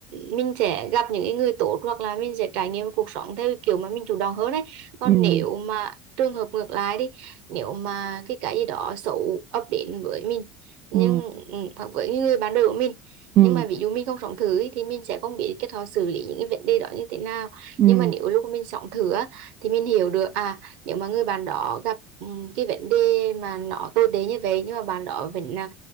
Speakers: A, on the right; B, on the right.
A: mình sẽ gặp những cái người tốt hoặc là mình sẽ trải nghiệm cuộc sống theo cái kiểu mà mình chủ động hơn ấy còn
B: ừ
A: nếu mà trường hợp ngược lại đi nếu mà cái cái gì đó xấu ập đến với mình nhưng
B: ừ
A: ừ, hoặc với người bạn đời của mình
B: ừ
A: nhưng mà ví dụ mình không sống thử ấy, thì mình sẽ không biết cái họ xử lý những cái vấn đề đó như thế nào
B: ừ
A: nhưng mà nếu lúc mình sống thử á, thì mình hiểu được à nếu mà người bạn đó gặp ừm, cái vấn đề mà nó tồi tệ như vậy nhưng mà bạn đó vẫn là